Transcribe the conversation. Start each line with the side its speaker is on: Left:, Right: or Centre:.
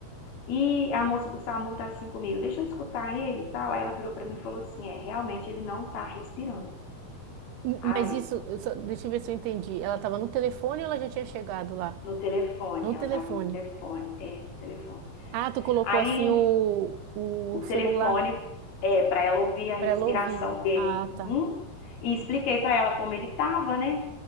Left: E a moça do SAMU tá assim comigo, deixa eu escutar ele e tal. Aí ela virou pra mim e falou assim: é, realmente ele não tá respirando.
Right: Hum,
Left: Ai,
Right: Mas isso, eu só- deixa eu ver se eu entendi. Ela estava no telefone ou ela já tinha chegado lá?
Left: no telefone,
Right: No
Left: ela
Right: telefone.
Left: tava no telefone, é, telefone.
Right: Ah, tu colocou
Left: Aí
Right: assim o, o
Left: o
Right: celular
Left: telefone é, para ela ouvir a respiração
Right: para ela ouvir.
Left: dele.
Right: Ah,
Left: Uhum.
Right: tá.
Left: E expliquei para ela como ele estava, né?